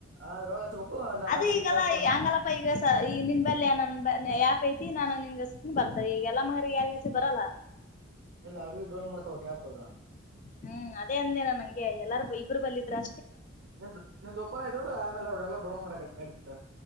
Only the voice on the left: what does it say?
ಅದು
ಈಗಲ್ಲ
ಹಂಗಲ್ಲಪ್ಪ ಈಗ ಈ ನಿನ್ ಬಲ್ಯ ನನ್ ಯಾಪಿ. ತಿ ನಾನು ನಿನ್ಗಷ್ಟ ಬರ್ತ ಈಗ ಎಲ್ಲ ಮಾರಿ ಯಾಯಚೆ ಬರಲ್ಲ.
ಹ್ಮ್ ಅದೇ ಅಂದೇನ ನಂಗೆ ಎಲ್ಲಾರ ಇಬ್ಬರು ಬಲ್ಲಿದ್ರಾ.